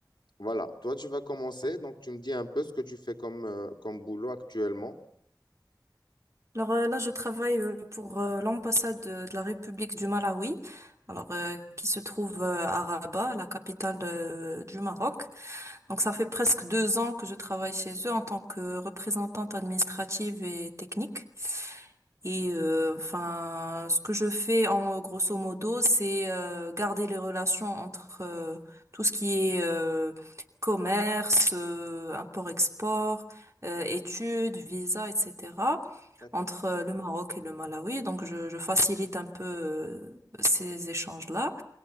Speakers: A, on the left; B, on the right.
A: voilà, toi, tu vas commencer. Donc, tu me dis un peu ce que tu fais comme, euh, comme boulot actuellement.
B: Alors euh, là, je travaille euh, pour euh, l'ambassade euh, de la République du Malawi, alors euh, qui se trouve euh, à Rabat, la capitale euh, du Maroc. Donc ça fait presque deux ans que je travaille chez eux en tant que représentante administrative et technique. Et euh, enfin, ce que je fais en grosso modo, c'est euh, garder les relations entre euh, tout ce qui est euh, commerce, euh, import-export, euh, études, visa, etc.
A: D'accord.
B: entre euh, le Maroc et le Malawi. Donc, je, je facilite un peu euh, ces échanges-là.